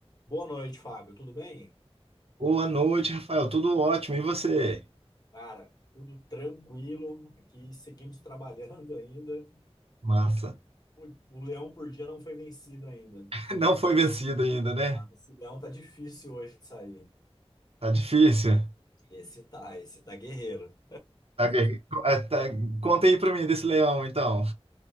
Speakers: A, on the left (about 40°); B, on the right (about 65°).
A: Boa noite, Fábio. Tudo bem?
B: Boa noite, Rafael. Tudo ótimo. E você?
A: Cara, tudo tranquilo. Aqui seguimos <laughs> trabalhando ainda.
B: Massa.
A: O, o leão por dia não foi vencido ainda.
B: <laughs> Não foi vencido ainda, né?
A: Ah, esse leão tá difícil hoje de sair.
B: Tá difícil.
A: Esse tá, esse tá guerreiro.
B: Tá guerre- é, tá- Conta aí pra mim desse leão, então.